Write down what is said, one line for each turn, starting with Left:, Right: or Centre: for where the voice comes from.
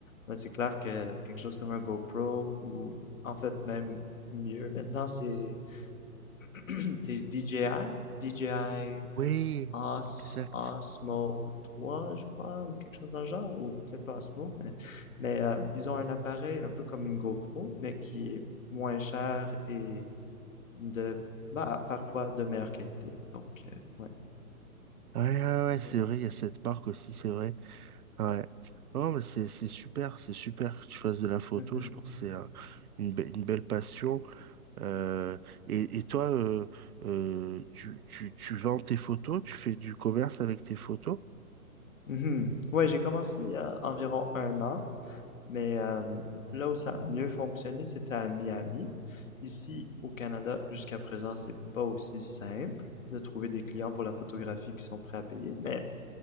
Left: ben, c'est clair que quelque chose comme un GoPro ou en fait même mieux maintenant, c'est <clears throat> c'est DJI, DJI
Right: Oui,
Left: Os-
Right: exact.
Left: Osmo 3, je crois, ou quelque chose dans le genre, ou peut-être pas Osmo, mais, mais euh, ils ont un appareil un peu comme une GoPro, mais qui est moins cher et de bah, parfois de meilleure qualité. Donc, euh, ouais.
Right: Ouais, ouais, ouais,
Left: Ouais.
Right: c'est vrai, il y a cette marque aussi, c'est vrai. Ouais. Non, mais c'est c'est super, c'est super que tu fasses de la photo.
Left: Mhm.
Right: Je pense que c'est euh, une, be- une belle passion. Euh, et, et toi, euh, euh, tu, tu, tu vends tes photos, tu fais du commerce avec tes photos?
Left: Mhm. Ouais, j'ai commencé il y a environ un an, mais euh, là où ça a mieux fonctionné, c'était à Miami. Ici, au Canada, jusqu'à présent, c'est pas aussi simple de trouver des clients pour la photographie qui sont prêts à payer, mais,